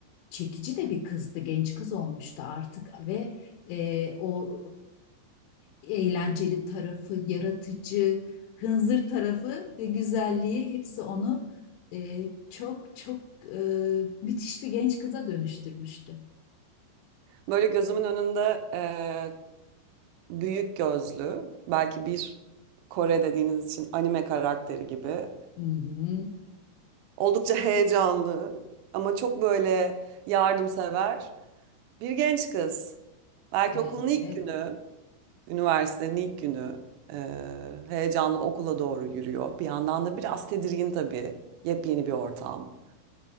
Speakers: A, on the left; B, on the right.
A: çekici de bir kızdı, genç kız olmuştu artık ve e, o e, eğlenceli tarafı, yaratıcı, hınzır tarafı ve güzelliği hepsi onu e, çok çok e, müthiş bir genç kıza dönüştürmüştü.
B: Böyle gözümün önünde e, büyük gözlü, belki bir Kore dediğiniz için anime karakteri gibi.
A: Hı hı.
B: Oldukça heyecanlı ama çok böyle yardımsever bir genç kız. Belki
A: Evet.
B: okulun ilk günü, üniversitenin ilk günü eee, heyecanlı okula doğru yürüyor. Bir yandan da biraz tedirgin tabii. Yepyeni bir ortam.